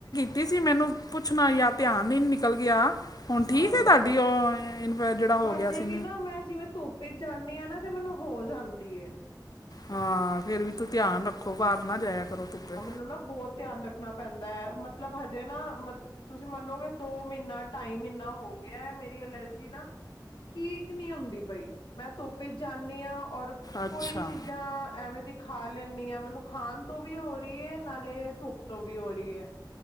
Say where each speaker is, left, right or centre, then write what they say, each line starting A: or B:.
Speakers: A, on the left; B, on the left.
A: ਕੀ ਸੀ, ਮੈਨੂੰ ਪੁੱਛਣਾ ਯਾ ਧਿਆਨ ਨੀ ਨਿਕਲ ਗੇਆ। ਹੁਣ
B: ਹਾਂ
A: ਠੀਕ ਏ, ਤੁਆਡੀ ਔ ਈਨਵੇ ਜੇੜਾ ਹੋ
B: ਹਜੇ
A: ਗੇਆ ਸੀ।
B: ਵੀ ਨਾ ਮੈਂ ਜਿਵੇਂ ਧੁੱਪ ਵਿਚ ਜਾਂਨੀ ਆ ਨਾ, ਤੇ ਮੈਨੂੰ ਹੋ ਜਾਂਦੀ ਏ।
A: ਹਾਂ, ਫੇਰ ਵੀ, ਤੂੰ ਧਿਆਨ ਰੱਖੋ ਬਾਰ ਨਾ ਜਾਏਆ ਕਰੋ ਧੁੱਪੇ।
B: ਏ ਨਾ ਬੋਤ ਧਿਆਨ ਰੱਖਣਾ ਪੈਂਦਾ ਐ‌, ਮਤਲਬ ਹਜੇ ਨਾ, ਮਤਲ ਤੁਸੀਂ ਮੰਨੋਗੇ, ਦੋ ਮ੍ਹੀਨਾ-ਢਾਈ ਮ੍ਹੀਨਾ ਹੋ ਗਿਐ, ਮੇਰੀ ਅਲਰਜੀ ਨਾ ਠੀਕ ਨੀ ਹੁੰਦੀ ਪਈ, ਮੈਂ ਧੁੱਪ 'ਚ ਜਾਨੀ ਆਂ। ਔਰ
A: ਅੱਛਾ
B: ਕੋਈ ਚੀਜ਼ਾਂ ਐਵੇਂ ਦੀ ਖਾ ਲੈਂਨੀ ਆ, ਮੈਨੂੰ ਖਾਨ ਤੋਂ ਵੀ ਹੋ ਰੀ ਏ, ਨਾਲੇ ਧੁੱਪ ਤੋਂ ਵੀ ਹੋ ਰੀ ਐ।